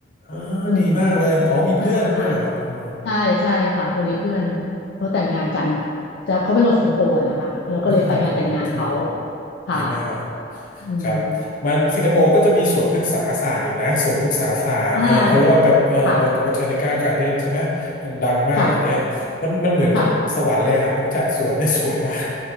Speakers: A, on the left; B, on the left.
A: อ่าดีมากเลยอ๋อมีเพื่อนด้วยเหรอครับเออ
B: อืมอ่าค่ะใช่ใช่ค่ะพอดีเพื่อนเขาแต่งงานกันแต่เขาเป็นคนสิงคโปร์อะนะคะเราก็เลยไปงานแต่งงานเขา
A: อ่าคนพื้นที่
B: ค่ะ
A: ดีมาก
B: อืม
A: ครับมันสิงคโปร์ก็จะมีสวนพฤกษาศาสตร์อีกนะสวนพฤกษาศาสตร์เออเขาเรียกว่า
B: อืมอ่า
A: bot- เอ่อบอทานิก้าการ์เด้นใช่ไหมมันดังมากอันเนี้ยมันมันเหมือนกับสวรรค์เลยอะมันจัดสวนได้สวยมาก
B: ค่ะค่ะค่ะ